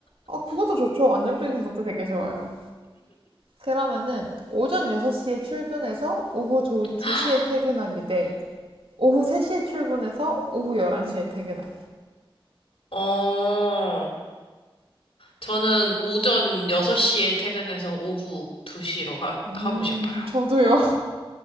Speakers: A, on the right; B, on the left.
A: 아 그것도 좋죠. 안정적인 것도 되게 좋아요. 그러면은 오전 6시에 출근해서 오후 2시에
B: <laughs>
A: 퇴근하기 대 오후 3시에 출근해서 오후 11시에 퇴근하기.
B: 어. 저는 오전 6시에 퇴근해서 오후 2시로 하,
A: 음,
B: 하고 싶어요.
A: 저도요.